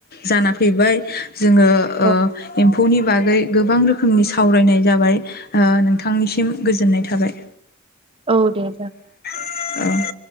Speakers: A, on the left; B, on the right.
A: जाना फैबाय जोङो
B: औ
A: ओ एम्फौ <unintelligible> बागै गोबां रोखोमनि सावरायनाय जाबाय नोंथांनिसिम गोजोननाय थाबाय।
B: औ दे जागोन
A: <unintelligible>